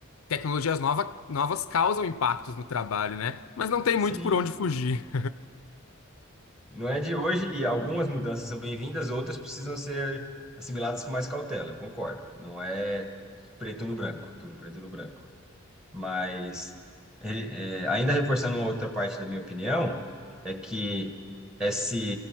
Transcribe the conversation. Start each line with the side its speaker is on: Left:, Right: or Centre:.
Left: tecnologias nova, novas causam impactos no trabalho, né? Mas não tem
Centre: sim.
Left: muito por onde fugir.
Centre: Não é de hoje e algumas mudanças são bem-vindas, outras precisam ser assimiladas com mais cautela, eu concordo. Não é preto no branco, tudo preto no branco. Mas, eh, eh, ainda reforçando uma outra parte da minha opinião, é que essa